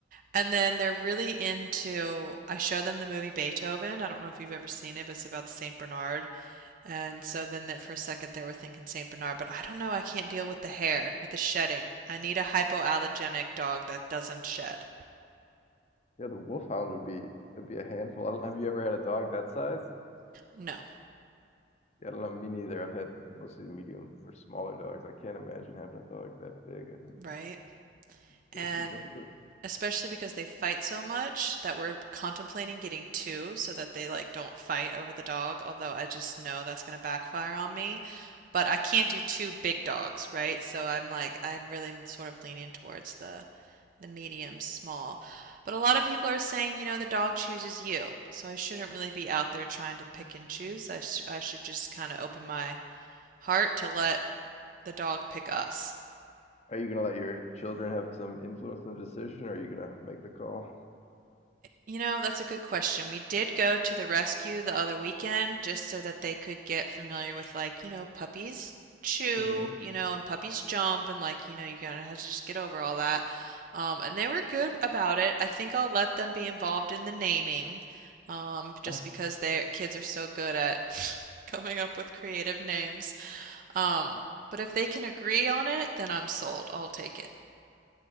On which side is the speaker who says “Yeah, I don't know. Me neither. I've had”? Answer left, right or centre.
Left